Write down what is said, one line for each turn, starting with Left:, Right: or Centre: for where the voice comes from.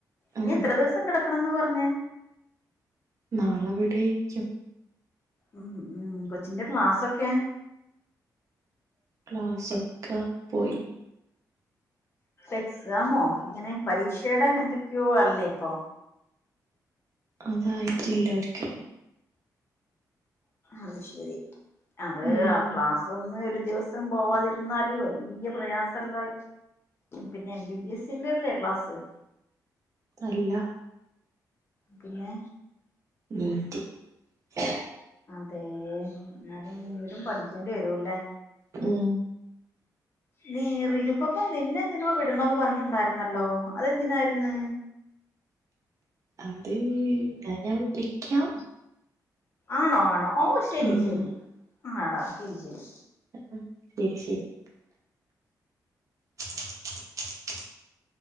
Left: ഇനി
Right: ആ
Left: എത്ര ദിവസം കിടക്കണംന്ന പറഞ്ഞേ
Right: നാളെവിടെയിരിക്കും
Left: ഉം ഉം കൊച്ചിന്റെ ക്ലാസൊക്കെ
Right: ക്ലാസൊക്ക പോയി
Left: എക്സാമോ ഇങ്ങനെ പരീക്ഷയുടെ എന്തൊക്കെയോ അല്ലേ ഇപ്പൊ
Right: അതായിട്ടില്ല അവർക്ക്
Left: അത് ശരി അത്
Right: ഉം
Left: ക്ലാസ്സ് ഒന്ന് ഒരു ദിവസം പോവാതിരുന്നാല് വല്ല്യ പ്രയാസള്ള പിന്നെ എം ബി ബി എസിന്റല്ലേ ക്ലാസ്സ്
Right: അല്ല
Left: പിന്നെ
Right: നീറ്റ് ഏ
Left: അതേ എന്നാലും മുഴുവനും പഠിക്കേണ്ടി വരുല്ലേ.
Right: ഉം.
Left: നീറിനിപ്പപ്പ നിന്നെന്തിനോ വിടണോന്ന് പറഞ്ഞിട്ടുണ്ടായിരുന്നല്ലോ അതെന്തിനായിര്ന്ന്.
Right: അത് എന്നാ ഞാൻ വിളിക്കാം.
Left: ആണോ ആണോ ഓ ശരി
Right: ആഹ്
Left: ശരി ആടാ ശരി ശരി.
Right: ആ ശരി ശരി. <inaudible>